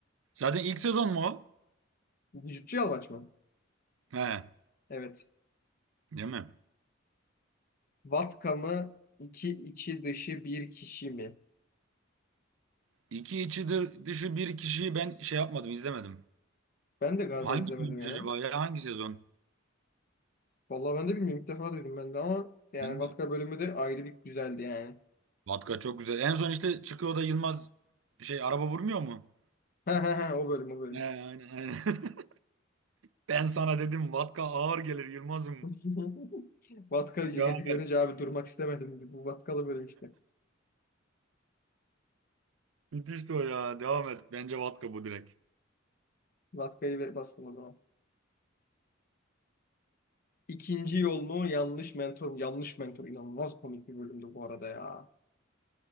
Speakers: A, on the right; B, on the left.
A: Zaten ilk sezon mu o?
B: Vücutçu yalvaç mı?
A: He,
B: Evet.
A: değil mi?
B: Vatka mı, iki içi dışı bir kişi mi?
A: İki içidir dışı bir kişiyi ben şey yapmadım, izlemedim.
B: Ben de galiba
A: Hangi
B: izlemedim
A: bölümmüş
B: ya.
A: acaba ya? Hangi sezon?
B: Vallahi ben de bilmiyorum. İlk defa duydum ben de ama yani
A: Ben
B: Vatka
A: de-
B: bölümü de ayrı bir güzeldi yani. <laughs>
A: Vatka çok güzel. En son işte çıkıyor da Yılmaz şey araba vurmuyor mu?
B: Ha ha ha o bölüm o bölüm.
A: He, aynen, aynen. <laughs> Ben sana dedim Vatka ağır gelir Yılmaz'ım.
B: <laughs> Vatkalı
A: Devam
B: ceketi görünce
A: et.
B: abi durmak istemedim. dedi. Bu vatkalı bölüm işte.
A: Müthişti o ya. Devam et. Bence Vatka bu direkt.
B: Vatkayı ve- bastım o zaman. İkinci yolunu yanlış mentor. Yanlış mentor inanılmaz komik bir bölümdü bu arada ya.